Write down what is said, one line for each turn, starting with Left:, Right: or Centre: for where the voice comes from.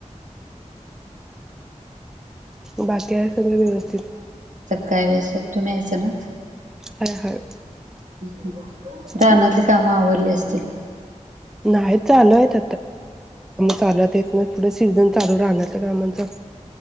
Centre: बाकी आहिस सगळ व्यवस्थित?
Right: काय व्यवस्थित, तुम्ही हायसा नव्हं?
Centre: हाय हाय
Right: हम रानातली
Centre: हम्म
Right: कामं आवरली असतील?
Centre: नाही आहेत चालू आता हितन पुढ सीझन चालु रानातल्या कामांचा